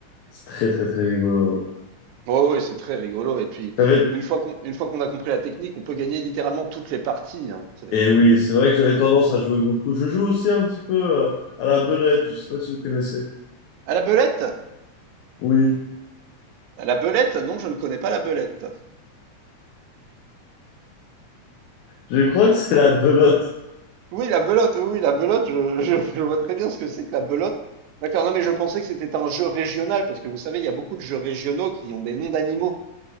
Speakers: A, on the left; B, on the right.
A: C'est très, très, très rigolo.
B: Oh, Oui ouais, c'est très rigolo et puis
A: T'avais,
B: une fois qu'on une fois qu'on a compris la technique, on peut gagner littéralement toutes les parties, hein, c'est
A: Et oui, c'est vrai que j'avais tendance à jouer beaucoup. Je joue aussi un petit peu euh, à la belote, je sais pas si vous connaissez.
B: à la belette
A: Oui,
B: À la belette Non, je ne connais pas la belette.
A: je crois que c'est la belote.
B: Oui, la belote, oui, oui, la belote, je, <laughs> je, je vois très bien ce que c'est que la belote. D'accord, non, mais je pensais que c'était un jeu régional, parce que vous savez, il y a beaucoup de jeux régionaux qui ont des noms d'animaux.